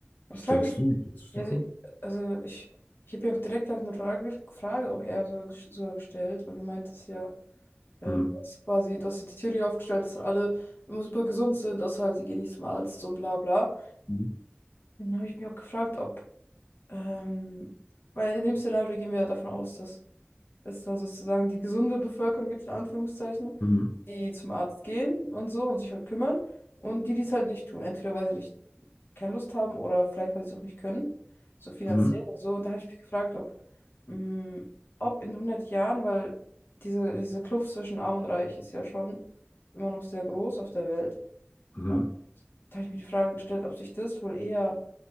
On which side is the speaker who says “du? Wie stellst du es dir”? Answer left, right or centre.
Left